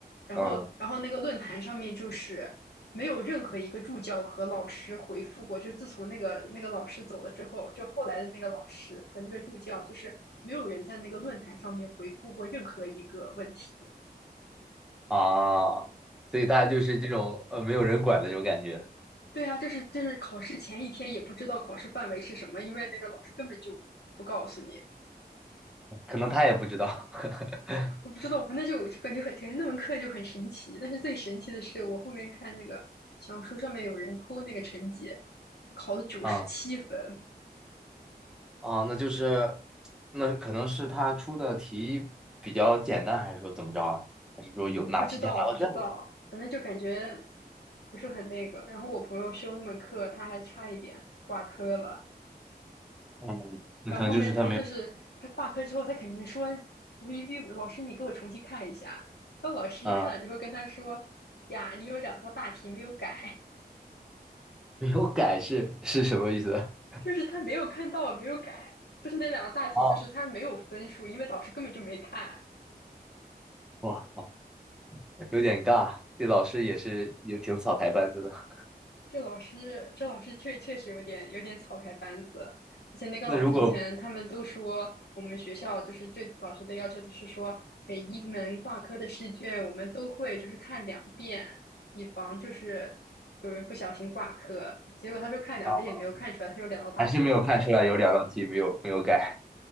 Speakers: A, on the left; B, in the centre.
A: 然后，
B: 嗯。
A: 然后那个论坛上面就是没有任何一个助教和老师回复过，就是自从那个那个老师走了之后，就后来的那个老师和那个助教，就是没有人在那个论坛上面回复过任何一个问题。
B: 啊，所以大家就是这种呃没有人管的这种感觉，
A: 对啊，就是就是考试前一天也不知道考试范围是什么，因为那个老师根本就不告诉你。
B: 可能他也不知道 <laughs>
A: 我不知道，反正就感觉很感觉那门课就很神奇。但是最神奇的是，我后面看那个小红书上面有人 PO 那个成绩，考了九十七分，
B: 啊啊，那就是那可能是他出的题比较简单，还是说怎么着啊？还是说有哪提前拿到卷子？
A: 嗯不知道，不知道，反正就感觉不是很那个。然后我朋友修那门课，他还差一点挂科了。
B: 嗯，<laughs> 那可能就是他没有
A: 然后后面他就是他挂科之后，他肯定说 “VV 老师，你给我重新看一下。”然后老师看了之后跟他说：
B: 啊，
A: “呀，你有两道大题没有改，
B: 没有改是是什么意思？<laughs>
A: 就是他没有看到，没有改，就是那两道大题，
B: 啊，
A: 就是他没有分数，因为老师根本就没看。
B: 我靠，有点尬，这老师也是也挺草台班子的。
A: 这老师，这老师确确实有点有点草台班子，而且那个老师之前他们都说，
B: 那如果
A: 我们学校就是对老师的要求就是说，每一门挂科的试卷我们都会就是看两遍，以防就是有人不小心挂科。结果他说看两遍也没有看出来，
B: 啊
A: 他有两道大题没改。
B: 还是没有看出来有两道题没有没有改。